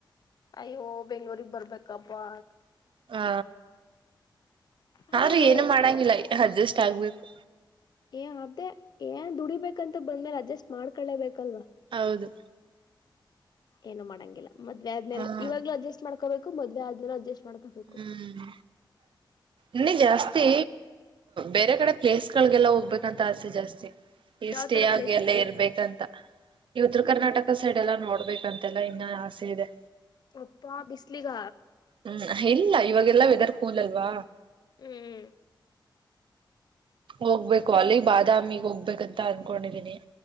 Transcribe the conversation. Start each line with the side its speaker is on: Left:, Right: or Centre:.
Left: ಅಯ್ಯೋ ಬೆಂಗ್ಳೂಗ್ ಬರ್ಬೇಕಪ್ಪಾ
Right: ಹಾ
Left: ಆದ್ರೆ
Right: ಆದ್ರೂ
Left: ಊರೇ
Right: ಏನು ಮಾಡಂಗಿಲ್ಲ
Left: ಚಂದ
Right: ಅಡ್ಜಸ್ಟ್ ಆಗ್ಬೇಕು
Left: ಏ ಅೇ ಏನ್ ದುಡಿಬೇಕಂತ ಬಂದ್ಮೇಲೆ ಅಡ್ಜಸ್ಟ್ ಮಾಡ್ಕೊಳ್ಳೇಬೇಕಲ್ವಾ
Right: ಹೌದು
Left: ಏನು ಮಾಡಂಗಿಲ್ಲ ಮದ್ವೆ ಆದ್ಮೇ
Right: ಹಾ
Left: ಇವಾಗ್ಲು ಅಡ್ಜಸ್ ಮಾಡ್ಕೋಬೇಕು ಮದ್ವೆ ಆದ್ಮೇಲೆ ಅಡ್ಜಸ್ಟ್ ಮಾಡ್ಕೋಬೇಕು
Right: ಹ್ಮ್ ಇನ್ನೆ ಜಾಸ್ತಿ ಬೇರೆ ಕಡೆ ಪ್ಲೇಸ್ಗಳಿಗೆಲ್ಲ ಹೋಗ್ಬೇಕಂತ ಆಸೆ ಜಾಸ್ತಿ ಇಷ್ಟೇ
Left: ಯಾವ್ ತರ
Right: ಆ
Left: ಪ್ಲೇಸ್
Right: ಎಲ್ಲ ಇರ್ಬೇಕಂತ ಈ ಉತ್ತರ ಕರ್ನಾಟಕ ಸೈಡ್ ಎಲ್ಲಾ ನೋಡ್ಬೇಕಂತೆಲ್ಲ ಇನ್ನ ಆಸೆ ಇದೆ.
Left: ಅಪ್ಪಾ ಬಿಸ್ಲಿಗ.
Right: ಹ್ಮ್ ಇಲ್ಲ ಇವಾಗೆಲ್ಲಾ ವೆದರ್ ಕೂಲ್ಲ್ವಾ.
Left: ಹ್ಮ್.
Right: ಹೋಗ್ಬೇಕು ಅಲ್ಲಿ ಬಾದಾಮಿಗ್ ಹೋಗ್ಬೇಕಂತ ಅನ್ಕೊಂಡಿದೀನಿ.